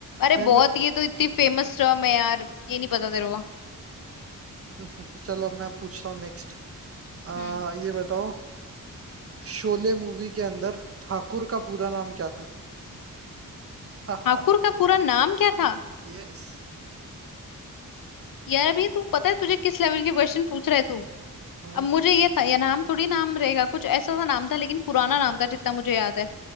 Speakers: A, on the left (about 75°); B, on the right (about 45°).
A: अरे
B: मेमोरी
A: बहुत ये तो इतनी फेमस टर्म है यार ये नहीं पता तेरे को
B: <laughs> चलो अब मैं पूछता हूँ नेक्स्ट आ
A: हम्म
B: ये बताओ शोले मूवी के अंदर ठाकुर का पूरा नाम क्या था हा
A: ठाकुर
B: हा
A: का पूरा नाम क्या था
B: यस
A: यार अभी तू पता है तुझे किस लेवल के क्वेश्चन पूछ रहा है तू
B: हम्म
A: अब मुझे ये था या नाम थोड़ी नाम रहेगा कुछ ऐसा सा नाम था लेकिन पुराना नाम था जितना मुझे याद है